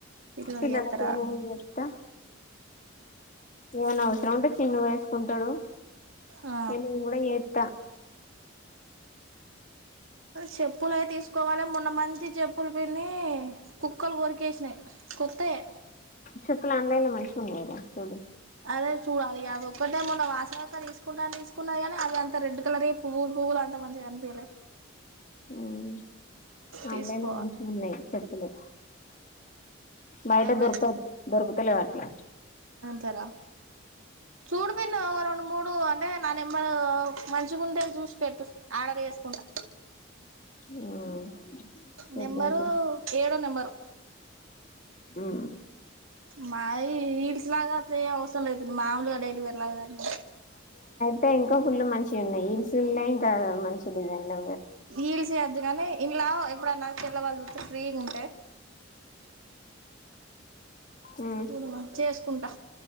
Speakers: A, on the right (about 85°); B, on the left (about 40°).
A: పిల్లలు
B: పిల్లలకే
A: చేత్తరా
B: నేను చేత్త ఏమన్నా అవసరం ఉంటె చిన్ను చేసుకుంటాడు
A: ఆ
B: ఇగ నేను కూడా చెత్తా
A: చెప్పులు అయి తీసుకోవాలె మొన్న మంచి చెప్పులు పిన్ని కు క్కలు కోరికేసినాయి కొత్తయ్యె
B: చెప్పులు <unintelligible> చూడు
A: అదె చూడాలి ఇగ అది ఒక్కటే మొన్న వాసవి అక్క తీసుకుంటా తీసుకున్నది కానీ అది అం త రెడ్ కలరీయి పువ్వులు పువ్వులు అంత మంచిగా అనిపియలే
B: హ్మ్ ఆన్లైన్
A: తీసుకోవాలి
B: లో మంచిగా ఉన్నాయి చెప్పులు బయట
A: ఎవరి
B: దొర్క దొరుకతలేవ్ అట్ల
A: తర చూడు పిన్ని ఎవరో మూడు అంటే నా నెంబరు మంచిగుంటే చూసి పెట్టు ఆర్డర్ చేసుకుంటా
B: ఉమ్ చూద్దాం
A: నెంబరు
B: తీ
A: ఏడో నెంబరు
B: ఉమ్
A: మాయి హీల్స్ లాగా అట్లే అవసరం లేదు మామూలుగా డైలీ వేర్ లాగానీ
B: టె ఇంకా ఫుల్ మంచి ఉన్నాయి హిల్స్ ఉన్నయి ఇంకా మంచి డిజైన్లు
A: హిల్స్ అదు గని ఇంల్ల ఎప్పుడన్నా చెల్ల వాళ్ళు చుతే ఫ్రీగుంటే
B: ఉమ్
A: నేను వర్క్చేసుకుంటా